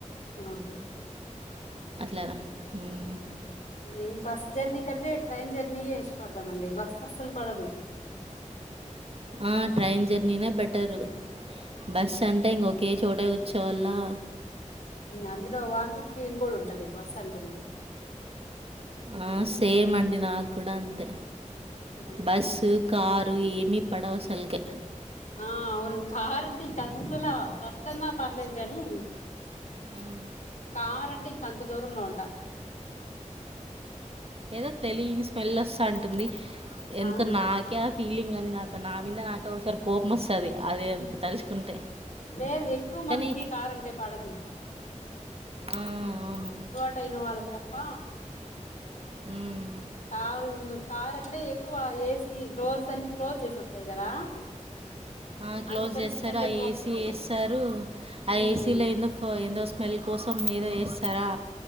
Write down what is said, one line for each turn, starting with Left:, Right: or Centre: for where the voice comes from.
Left: ఆహ.
Right: అట్లా ఉమ్.
Left: మేం బస్ జర్నీ కంటే ట్రైన్ జర్నీయే ఇష్టపడతాంమండి బస్సు అస్సలు పడదు.
Right: ఆ ట్రైన్ జర్నీనే బెటరు. బస్ అంటే ఇంగా ఒకే చోట గూర్చోవళా.
Left: అందులో వాంతింగ్ ఫీలింగ్ కూడా ఉంటది బస్ అంటే నాకు.
Right: ఆ సేమ్ అండి నాకు కూడా అంతే.
Left: సరే.
Right: బస్సు కారు ఏమీ పడవసలకే.
Left: ఆ అవును కారు ఇంకా అస్సలా బస్ అన్నా పర్లేదు కాని.
Right: ఉమ్.
Left: కార్ అంటే ఇంక అంత దూరంలో ఉంటా
Right: ఏదో తెలియని స్మెల్ అస్తా అంటుంది ఎందుకని
Left: అవును
Right: నాకే ఆ ఫీలింగ్ అని నాకు నా మీద నాకే రి కోపం వస్తది అది తలుచుకుంటే
Left: లేదు ఎక్కువ
Right: కానీ
Left: మందికి కార్ అంటే పడదు
Right: ఆ అవును
Left: వాళకు తప్ప
Right: మ్మ్.
Left: కారు కారు అంటే ఎక్కువ ఏసీ డోర్స్ అని క్లోజ్ చేసి ఉంటాయి కదా
Right: ఆ క్లోజ్
Left: అందుకని
Right: చేస్తారు
Left: స్మెల్
Right: ఆ
Left: ఎక్కువ
Right: ఏసీ
Left: వస్తుంటాయి
Right: ఏస్తారు ఆ
Left: ఉమ్
Right: ఏసీలో ఫ్ ఎదో స్మెల్ కోసం మీద ఏస్తారా